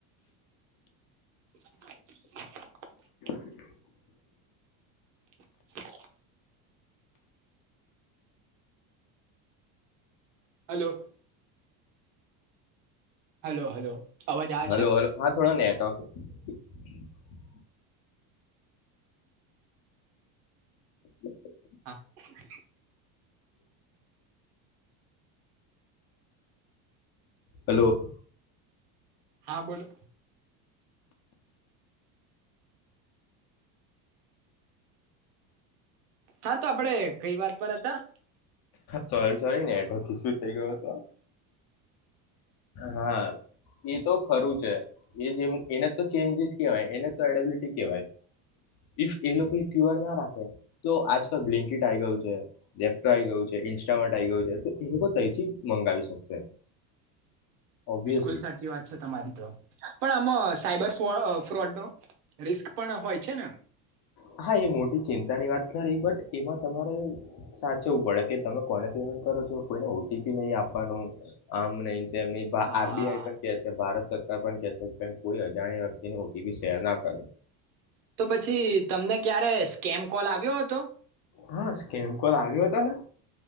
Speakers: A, on the right; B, on the left.
A: <unintelligible>
B: <unintelligible>
A: <unintelligible> હલો. Hello, hello! અવાજ આવે
B: હલો,
A: છે
B: હલો! હા, થોડો નેટવર્ક <unintelligible> હ. <unintelligible>
A: અ <unintelligible>
B: હલો.
A: હા, બોલો. હા, તો આપડે કઈ વાત પર હતા?
B: સોરી, સોરી ને નેટવર્ક ઈશું થઇ ગયો હતો. હા, એ તો ખરું છે, એ જેમ એને તો ચેન્જીસ કહેવાય, એને તો એડબિલિટી કહેવાય. ઈફ એ લોકો ક્યુઅર ના રાખે, તો આજકાલ બ્લિંકટ આઈ ગયું છે, લેપટોપ આઈ ગયું છે, ઇન્સ્ટા માટેર્ટ આ આવી ગયું છે, તો એ લોકો તેથી મંગાવી શકશે. ઓબ્વિયસલી
A: બિલકુલ સાચી વાત છે તમારી, તો પણ આમાં સાયબર ફ ફ્રોડનો. રિસ્ક પણ હોય છે ને?
B: હા, એ મોટી ચિંતાની વાત ખરી, બટ એમાં તમારે સાચવવું પડે કે તમે કોને પેમેન્ટ કરો છો, કોઈને ઓટીપી નહીં આપવાનું, આમ નહીં. તેમની
A: હા
B: આરબીઆઈ પણ કહે છે, ભારત સરકાર પણ કોઈ અજાણી વ્યક્તિને ઓટીપી શેર ના કરો.
A: તો પછી તમને ક્યારે? સ્કેમ કોલ આવ્યો હતો
B: હા, કેમ કોલ આવ્યો હતો ને?